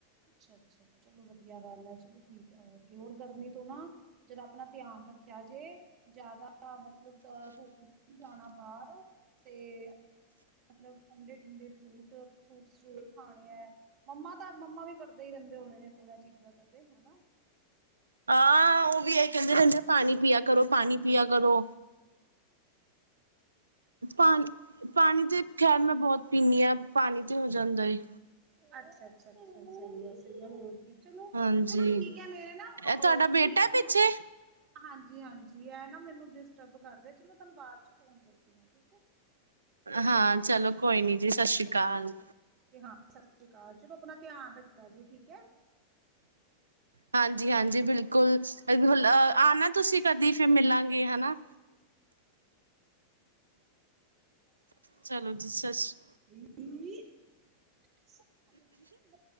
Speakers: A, on the right; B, on the right.
A: ਅੱਛਾ ਅੱਛਾ, ਚਲੋ ਵਧੀਆ ਗੱਲ ਐ, ਚਲੋ ਠੀਕ ਐ, ਓਕੇ। ਹੋਰ ਗਰਮੀ ਤੋਂ ਨਾ ਜਰਾ ਆਪਣਾ ਧਿਆਨ ਰੱਖਿਆ ਜੇ, ਜ਼ਿਆਦਾ ਮਤਲਬ ਅ ਧੁੱਪ 'ਚ ਨੀ ਜਾਣਾ ਬਾਹਰ ਤੇ ਮਤਲਬ ਠੰਡੇ-ਠੰਡੇ ਫਰੂਟ, ਫਰੂਟਸ ਜ਼ਰੂਰ ਖਾਣੇ ਐ। ਮੰਮਾ ਦਾ ਮੰਮਾ ਵੀ ਕਰਦੇ ਈ ਰਹਿੰਦੇ ਹੋਣੇ ਨੇ ਪੂਰਾ ਚੀਜ਼ਾਂ ਦਾ ਤੇ, ਹੈਨਾ?
B: ਹਾਂ ਉਹ ਵੀ ਇਹ ਕਹਿੰਦੇ ਰਹਿੰਦੇ ਪਾਣੀ ਪਿਆ ਕਰੋ ਪਾਣੀ ਪਿਆ ਕਰੋ ਪਾਣੀ ਪਾਣੀ ਤੇ ਖੈਰ ਮੈਂ ਬਹੁਤ ਪੀਂਦੀ ਹਾਂ ਪਾਣੀ ਤੇ ਹੋ ਜਾਂਦਾ ਏ
A: ਅੱਛਾ ਅੱਛਾ ਅੱਛਾ ਸਹੀ ਹੈ ਸਹੀ ਹੋਰ ਚਲੋ
B: ਹਾਂਜੀ
A: ਚਲੋ ਠੀਕ ਹੈ ਮੇਰੇ ਨਾ
B: ਇਹ ਤੁਹਾਡਾ
A: ਉਹ ਚਲੋ
B: ਬੇਟਾ
A: ਠੀਕ
B: ਪਿੱਛੇ
A: ਮੈਂ ਨਾ ਹਾਂਜੀ ਹਾਂਜੀ ਜੀ ਇਹ ਨਾ ਮੈਨੂੰ ਡਿਸਟਰਬ ਕਰ ਰਿਹਾ ਚਲ ਮੈਂ ਤੁਹਾਨੂੰ ਬਾਦ ਚ ਫੋਨ ਕਰਦੀ ਹਾਂ ਠੀਕ ਹੈ ਓਕੇ
B: ਹਾਂ ਚਲੋ ਕੋਈ ਨੀ ਜੀ ਸਤਿ ਸ਼੍ਰੀ ਅਕਾਲ ਕਾਲ
A: ਹਾਂ ਸਤਿ ਸ੍ਰੀ ਅਕਾਲ ਚਲੋ ਆਪਣਾ ਧਿਆਨ ਰੱਖਿਆ ਜ਼ੇ ਠੀਕ ਹੈ
B: ਹਾਂਜੀ ਹਾਂਜੀ ਬਿਲਕੁਲ ਆਣਾ ਤੁਸੀਂ ਕਦੇ ਫਿਰ ਮਿਲਾਂਗੇ ਹੈਨਾ ਚਲੋ ਜੀ ਸਤਿ ਸ੍ਰੀ
A: ਕੀ ਸਖਤ ਤਾਂ ਮੇਰੇ ਕੋਲੋਂ ਨਹੀ ਹੁੰਦਾ